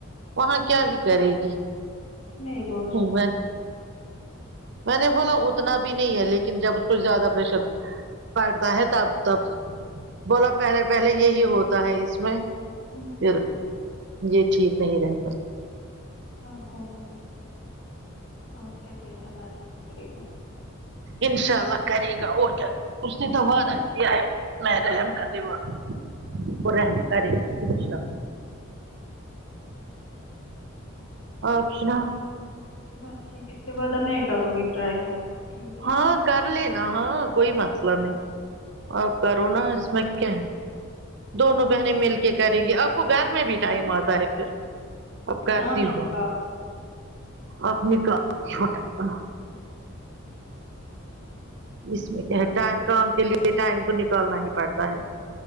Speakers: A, on the right; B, on the left.
A: وہاں کیا ہی کرے گی
B: نہیں بولو سکار
A: میں میں نے بولا اتنا بھی نہیں ہے لیکن جب اس کو زیادہ پریشر پڑتا ہے تب تب بولا پہلے پہلے یہی ہوتا ہے اس میں
B: ہوں
A: پھر یہ ٹھیک نہیں رہتا
B: ہیے ہیے ہیے اوکے پھر اللہ رحم کریگا
A: انشاء اللہ کرے گا اور کیا اس نے تو وعدہ کیا ہے نۓ رحم کر دے وہ وہ رحم کرے آنشا آپ سناؤ
B: بس ٹھیک اس کے بعد اب میں کروں گی ٹرائی فون کو ٹھیک ہے
A: ہاں
B: نا
A: کر لینا ہاں کوئی مسئلہ نہیں اپ کرو نا اس میں کہ دونوں بہنیں مل کے کریں گے آپ کو گھر میں بھی ٹائم آتا ہے پھر اب کرتی
B: ہاں میں نکالوں
A: ہوں اپنے کا چھوٹا آیا
B: <unintelligible>
A: اس میں کیا ہے ٹائی کام کے لیے ٹائم تو نکالنا ہی پڑتا ہے